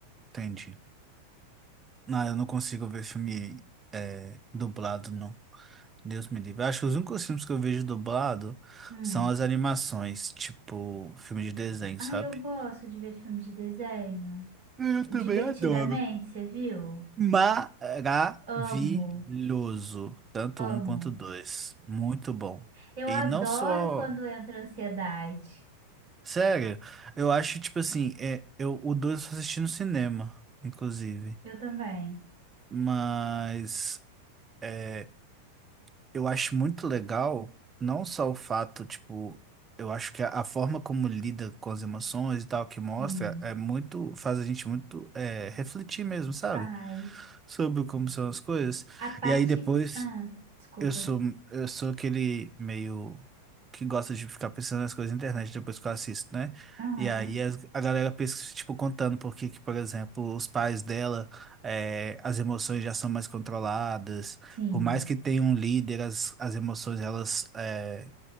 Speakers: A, on the right; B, on the right.
A: Entendi. Não, eu não consigo ver filme é, dublado, não. Deus me livre. Eu Acho que os únicos filmes que eu vejo dublado
B: Hum.
A: são as animações, tipo filme de desenho,
B: Ah,
A: sabe?
B: eu gosto de ver filme de desenho.
A: Eu também
B: Divertidamente,
A: adoro.
B: você viu?
A: Maravilhoso.
B: Amo,
A: Tanto um
B: amo.
A: quanto dois. Muito bom.
B: Eu
A: E
B: adoro
A: não só.
B: quando entra ansiedade.
A: Sério, eu acho, tipo assim, é, eu, o dois eu só assisti no cinema, inclusive.
B: Eu também.
A: Mas é, eu acho muito legal, não só o fato, tipo, eu acho que a, a forma como lida com as emoções e tal, que mostra,
B: Sim,
A: é muito, faz a gente muito é, refletir mesmo, sabe?
B: faz.
A: Sobre como são as coisas.
B: A parte.
A: E aí depois.
B: Ah, desculpa.
A: Eu sou, eu sou aquele meio que gosta de ficar pensando nas coisas na internet depois que eu assisto, né?
B: Aham,
A: E aí as- a, galera pensa, tipo, contando por que, que, por exemplo, os pais dela, eh, as emoções já são mais controladas.
B: sim.
A: Por mais que tenha um líder, as, as emoções elas, eh,